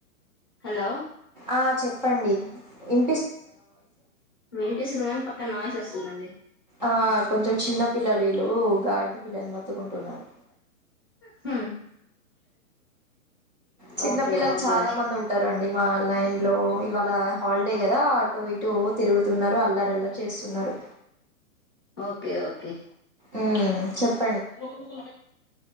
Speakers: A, on the left; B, on the right.
A: హలో
B: ఆ చెప్పండి ఇ
A: వినిపిస్తుంది గానీ పక్క నయిస్స్త అండి
B: ఆ కొంచెం చిన్న పిల్లలు వీళ్ళు గాడిది పిల్లల మతుకుంటున్నారు
A: హు
B: చిన్నపిల్లలు
A: ఓకే ఓకే
B: చాలా మంది ఉంటారండి మా లైన్ లో ఇవాళ హాలిడే కదా ఎటో ఇటు తిగుతున్నారు అల్లారల్ చేస్తున్నారు
A: ఓకే ఓకే
B: ఊ చెప్
A: ను నకు